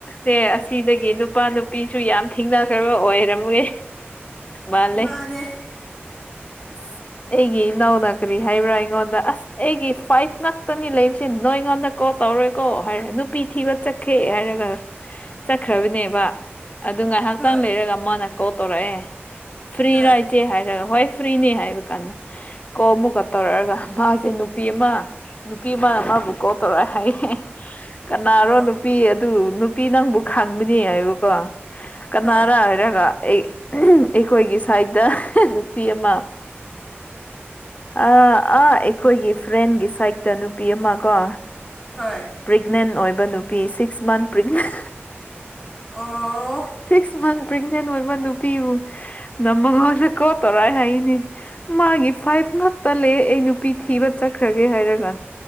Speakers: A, on the left (about 35°); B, in the centre.
A: ꯁꯦ ꯑꯁꯤꯗꯒꯤ ꯅꯨꯄꯥ ꯅꯨꯄꯤꯁꯨ ꯌꯥꯝ ꯊꯦꯡꯅꯈ꯭ꯔꯕ ꯑꯣꯏꯔꯝꯃꯦ꯫ ꯃꯥꯜꯂꯦ꯫
B: ꯃꯥꯅꯦ <inaudible>
A: ꯑꯁ ꯑꯩꯒꯤ ꯏꯅꯥꯎꯅ ꯀꯔꯤ ꯍꯥꯏꯕ꯭ꯔꯥ ꯑꯩꯉꯣꯟꯗ ꯑꯁ ꯑꯩꯒꯤ ꯐꯥꯏꯚ ꯉꯥꯛꯇꯅꯤ ꯂꯩꯁꯦ ꯅꯣꯏꯉꯣꯟꯗ ꯀꯣꯜ ꯇꯧꯔꯣꯏꯀꯣ ꯍꯥꯏꯔꯦ ꯊꯤꯕ ꯆꯠꯈꯦ ꯍꯥꯏꯔꯒ ꯆꯠꯈ꯭ꯔꯕꯅꯦꯕ ꯑꯗꯨ ꯉꯥꯏꯍꯥꯛꯇꯪ
B: ꯍꯣꯏ
A: ꯂꯩꯔꯒ ꯑꯃꯅ ꯀꯣꯜ ꯇꯧꯔꯛꯑꯦ ꯐ꯭ꯔꯤꯔ
B: ꯍꯣꯏ
A: ꯏꯆꯦ ꯍꯥꯏꯔꯒ ꯍꯣꯏ ꯐ꯭ꯔꯤꯅꯦ ꯍꯥꯏꯕ ꯀꯥꯟꯗ ꯀꯣꯜ ꯑꯃꯨꯛꯀ ꯇꯧꯔꯛꯑꯒ ꯃꯥꯁꯦ ꯅꯨꯄꯤ ꯑꯃ ꯅꯨꯄꯤ ꯑꯃ ꯃꯕꯨ ꯀꯣꯜ ꯇꯧꯔꯛꯑꯦ ꯍꯥꯏꯌꯦ꯫ ꯀꯅꯥꯔꯣ
B: ꯑꯣ
A: ꯅꯨꯄꯤ ꯑꯗꯨ ꯅꯨꯄꯤ ꯅꯪꯕꯨ ꯈꯪꯕꯅꯦ ꯍꯥꯏꯕꯀꯣ꯫ ꯀꯅꯥꯔ
B: ꯍꯣꯏ
A: ꯍꯥꯏꯔꯒ ꯑꯩꯈꯣꯏꯒꯤ ꯁꯥꯏꯠꯇ ꯅꯨꯄꯤ ꯑꯃ꯫
B: ꯑ
A: ꯑ ꯑꯥ ꯑꯩꯈꯣꯏꯒꯤ ꯐ꯭ꯔꯦꯟꯒꯤ ꯁꯥꯏꯠꯇ ꯅꯨꯄꯤ ꯑꯃ ꯀꯣ꯫
B: ꯍꯣꯏ꯫
A: ꯄꯦꯒꯅꯦꯟ ꯑꯣꯏꯕ ꯅꯨꯄꯤ ꯁꯤꯛꯁ ꯃꯟ ꯄ꯭ꯔꯦꯒꯅꯦꯟ
B: ꯑꯣ
A: ꯁꯤꯛꯁ ꯃꯟ ꯄ꯭ꯔꯦꯒꯅꯦꯟ ꯑꯣꯏꯕ ꯅꯨꯄꯤꯕꯨ ꯅꯝꯒ ꯀꯣꯜ ꯇꯧꯔꯛꯑꯦ ꯍꯥꯏꯌꯦꯅꯦ꯫ ꯃꯥꯒꯤ ꯐꯥꯏꯚ ꯉꯛꯇ ꯂꯩ ꯑꯩ ꯅꯨꯄꯤ ꯊꯤꯕ ꯆꯠꯈ꯭ꯔꯒꯦ ꯍꯥꯏꯔꯒ꯫